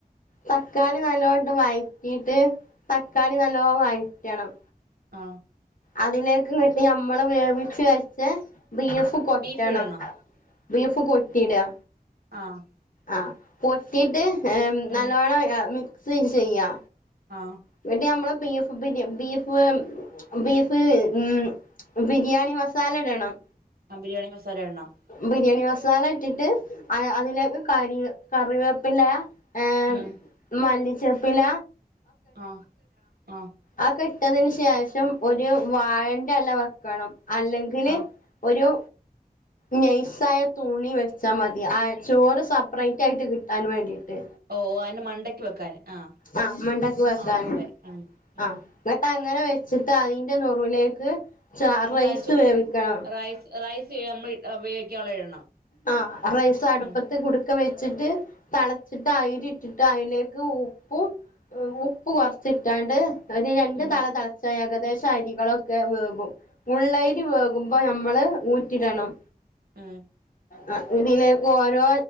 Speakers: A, on the left (about 60°); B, on the right (about 75°).
A: തക്കാളി നല്ലോട്ട് വയ്റ്റീട്ട് തക്കാളി നല്ലോ വയ് ക്കണം.
B: ആ
A: അതിലേക്ക് ന്ന്ട്ട് ഞമ്മള് വേവിച്ച് വച്ച ബീഫ് ഫ്കൊറ്റണം
B: ബീഫ് ഇടണം
A: ബീഫ് കൊറ്റിയിട്അ
B: ആഹ്
A: ആഹ് പൊറ്റീട്ട് ആഹ്
B: ഉം
A: നല്ലോണ്ണം ആഹ് മിക്സ് ചെയ്യാ
B: ആഹ്
A: ന്നിട്ട് ഞമ്മള് ബീഫ് ബിര്യം ബീഫ് ബീഫ് ഉം ബിരിയാണി മസാല ഇടണം
B: ആഹ് ബിരിയാണി മസാല ഇട്ണം
A: ബിരിയാണി മസാല ഇട്ടിട്ട് അയ്അതിലേക്ക് കരി കറിവേപ്പില്ലയാ ഏഹ്
B: ഉം
A: മല്ലിച്ചെപ്പില
B: ആഹ് ആഹ്
A: ആക്കെ ഇട്ടതിന് ശേഷം ഒരു വാഴേൻ്റെല വക്കണം അല്ലെങ്കില്
B: ആ
A: ഒരു. നെയൈസായ തുണി വെച്ചാൽ മതി ആ ചോറ് സെപ്പറേറ്റ് ആയിട്ട് കിട്ടാൻ വേണ്ടിയിട്ട്.
B: ഓഓ അതിന് മണ്ടയ്ക്ക് വെക്കാൻ ആ.
A: ആഹ മണ്ടക്ക് വെക്കാന
B: ആ മനസ്സിലായി ഉം ഉം
A: ആഹ. എന്നിട്ട് അങ്ങനെ വെച്ചിട്ട് അതിന്റെനെറുവിലേക്ക് ചാർ
B: നമ്മളാ
A: റൈസ്
B: ചോ
A: വേവിക്കണം.
B: റൈസ് റൈസ് നമ്മൾ വേവിക്കാനുള്ളത് ഇടണം.
A: ആഹ റൈസ് അടുപ്പത്ത്
B: ഉം
A: കുടുക്ക വെച്ചിട്ട്. തിളച്ചിട്ട് അയിരി ഇട്ടിട്ട് അതിലേക്ക് ഉപ്പും ഉപ്പ് കൊറച്ചിട്ടാണ്ട്. ഒരു രണ്ടു
B: ഉം ഉം
A: തള തളച്ച ഏകദേശം. അരികളൊക്കെ വേകും ഉള്ളരി വേകുമ്പോ നമ്മള് ഊറ്റിടണം.
B: ഉം.
A: ആ ഇതിലേക്ക് ഓരോ